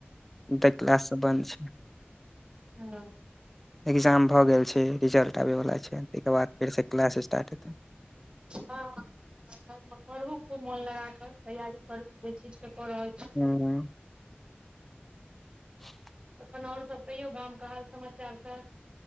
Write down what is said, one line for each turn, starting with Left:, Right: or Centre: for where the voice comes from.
Centre: तऽ क्लास सब बन्द छै
Right: हुँ
Centre: एकग्जाम भऽ गेल छै रिजल्ट आबैवला छै ताहिके बाद फेरसँ क्लास स्टार्ट हेतै
Right: हँ करू खूब मोन लगााकऽ तैयारी करू जे चीज के कऽ रहल छी से
Centre: हूॅं ह <inaudible>
Right: अपन आओर सब कहियो गाम कऽ हाल समाचार सब